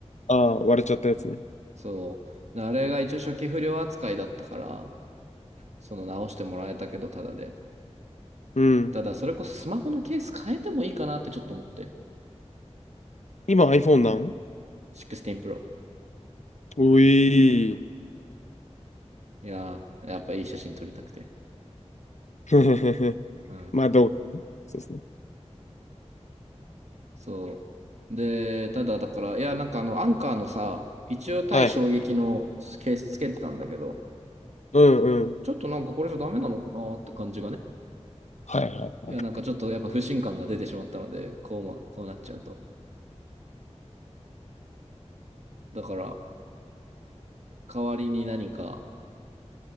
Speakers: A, on the left; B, on the right.
A: ああ、割れちゃったやつね。
B: そう。あれが一応初期不良扱いだったから、その直してもらえたけど、ただで。
A: うん。
B: ただ、それこそスマホのケース変えてもいいかなってちょっと思って。
A: 今 iPhone なん
B: 16 Pro。
A: ういー。
B: いやー、やっぱいい写真撮りたくて。
A: <laughs>
B: うん。
A: まあ、どうそうですね。
B: そう。で、ただだから、いや、なんかあの、アンカーのさ、一応対衝撃のケースつけてたんだけど、
A: はい。うんうん。
B: ちょっとなんかこれじゃダメなのかなって感じがね。
A: はいはいはい。
B: いや、なんかちょっとやっぱ不信感が出てしまったので、こうも、こうなっちゃうと。だから、代わりに何か